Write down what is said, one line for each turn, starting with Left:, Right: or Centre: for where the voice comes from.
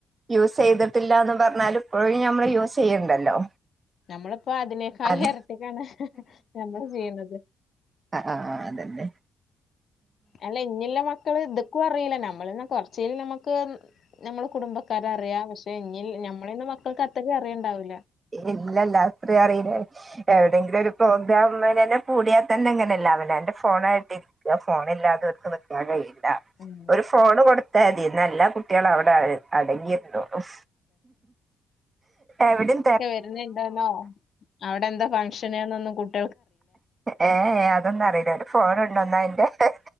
Right: യൂസ് ചെയ്തിട്ടില്ലന്ന് പറഞ്ഞാല് ഇപ്പോഴ നമ്മള് യൂസ് ചെയ്യണ്ടല്ലോ
Left: നമ്മളിപ്പോ അതിനെക്കായി
Right: അത്
Left: ഇരട്ടിക്കാണ് നമ്മള് ചെയ്യുന്നത്
Right: ആ ആ അതന്നെ
Left: അല്ല ഇഞുള്ള മക്കള് ഇതൊക്കും അറിയില്ല നമ്മൾന്ന കൊറച്ച നമ്മുക്ക് നമ്മൾ കുടുംബക്കാര അറിയാം പക്ഷെ ഇതിൽ ഞമ്മളന്നെ മക്കൾക്ക് അത്രയും അറിയേണ്ടാവില്ല
Right: ഇല്ലല്ലാ അത്രയും അറിയില്ലേ എവിടെയെങ്കിലും ഒരു പ്രോഗ്രാംന്നെ കൂടിയാൽ തന്നെ എങ്ങനെല്ല അവന ഫോണായിട്ടരിക്ക ഫോണില്ലാതെ വർക്ക് നിക്കാൻ കഴിയില്ല
Left: ഉം
Right: ഒരു ഫോൺ കൊടുത്തതി നല്ല കുട്ടികള അവിടെ അടങ്ങിയിരുന്നോളും എവിടെം
Left: വരുന്നുണ്ടോന്നോ അവിടെ എന്താ ഫക്ഷൻ ന്ന്നും കുട്ടി
Right: ഏഏ അതൊന്നും അറിയില്ല ഒരു ഫോൺ ഉണ്ടോന്ന അന്റെ <unintelligible>